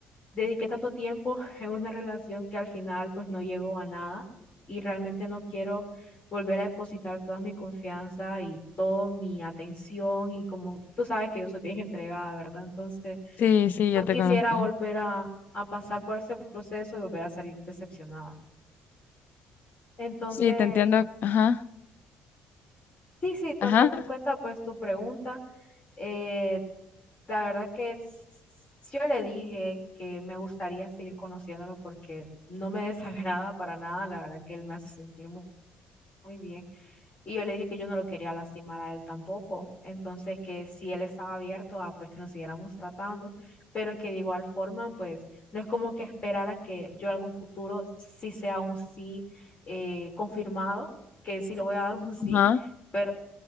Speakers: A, on the left; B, on the left.
A: dediqué tanto tiempo <laughs> en una relación que al final pues no llegó a nada y realmente no quiero volver a depositar toda mi confianza y toda mi atención y como tú sabes que yo soy bien entregada, ¿verdad? Entonces
B: sí, sí, yo
A: no
B: te
A: quisiera
B: conozco.
A: volver a, a pasar por ese proceso y volver a salir decepcionada. Entonces,
B: Sí, te entiendo. Ajá,
A: sí, sí, tomando
B: ajá,
A: en cuenta pues tu pregunta, eh, la verdad que s- yo le dije que me gustaría seguir conociéndolo porque no me <laughs> desagrada para nada, la verdad que él me hace sentir mu- muy, bien. Y yo le dije que yo no lo quería lastimar a él tampoco. Entonces, que si él estaba abierto a pues que nos siguiéramos tratando, pero que de igual forma, pues no es como que esperara que yo algún futuro sí sea un sí eh, confirmado, que sí le voy a dar <laughs> un sí,
B: ajá.
A: pero,